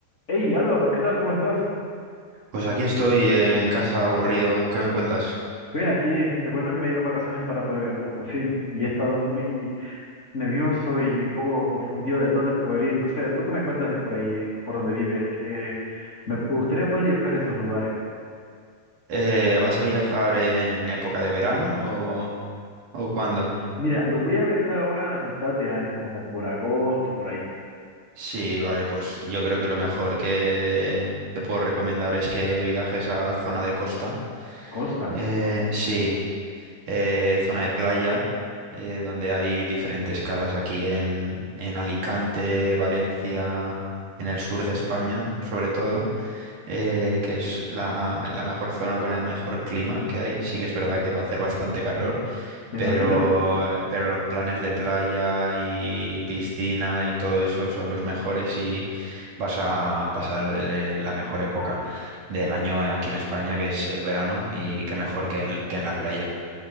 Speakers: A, on the left; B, on the right.
A: Hey Álvaro, ¿qué tal? ¿Cómo estás?
B: Pues aquí estoy en casa aburrido. ¿Qué me cuentas?
A: Bien, aquí te cuento que me dieron vacaciones para poder viajar por fin y he estado muy nervioso y un poco confundido de dónde poder ir. No sé, ¿tú qué me cuentas de por ahí, de por donde vives? Que me gustaría poder viajar a esos lugares.
B: Eh, ¿vas a viajar en época de verano o, o cuándo?
A: Mira, lo voy a viajar ahora a mitad de año, como por agosto, por ahí.
B: Sí, vale, pues yo creo que lo mejor que te puedo recomendar es que viajes a zona de costa.
A: Costa,
B: Eh, sí, eh, zona de playa, eh, donde hay diferentes calas aquí en, en Alicante, Valencia, en el sur de España, sobre todo. eh, que es la, la mejor zona con el mejor clima que hay. Sí que es verdad que va a hacer bastante calor,
A: me
B: pero,
A: imagino.
B: pero los planes de playa y piscina y todo eso son los mejores y vas a pasar eh, la mejor época del año aquí en España, que es el verano, y qué mejor que en- que en la playa.